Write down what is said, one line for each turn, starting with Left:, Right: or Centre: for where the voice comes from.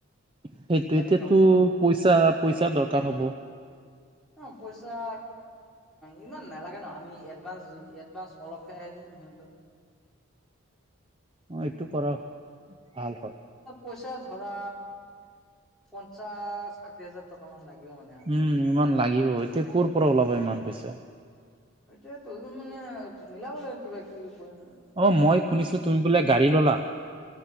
Right: সেইটো
Centre: যিমানে
Right: এতিয়াতো
Centre: হওক নহওক।
Right: পইচা পইচাৰ দৰকাৰ হ'ব।
Centre: অ, পইচা ইমান নালাগে ন আমি এডভান্স এডভান্স অলপহে আহি দিম সিহঁতক।
Right: অ, এইটো কৰা ভাল হয়।
Centre: পইচা ধৰা পঞ্চাশ ষাঠি হাজাৰ টকা মান লাগিব মানে।
Right: উম,
Centre: মানে
Right: ইমান লাগিব এতিয়া কৰ পৰা ওলাব ইমান পইচা?
Centre: এতিয়া তোৰ মানে মিলাব লাগিব কিবা কিবি কৰি।
Right: অ, মই শুনিছো তুমি বোলে গাড়ী ললা।